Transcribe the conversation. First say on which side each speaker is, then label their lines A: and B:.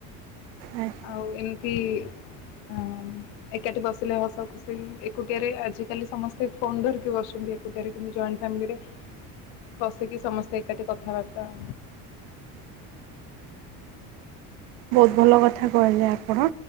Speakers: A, on the right; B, on the left.
A: ଆଚ୍ଛା
B: ଆଉ ଏମିତି ହ ଏକାଠି ବସିଲେ ହସ ଖୁସି ଏକୁଟିଆରେ ଆଜିକାଲି ସମସ୍ତେ ଫୋନ ଧରିକି ବସ ଏକୁଟିଆ ଜଏଣ୍ଟ ଫାମରେ ବସିକି ସମସ୍ତେ ଏକାଠି କଥାବାର୍ତ୍ତା
A: <inaudible> ବହୁତ ଭଲ କଥା କହିଲେ ଆପଣ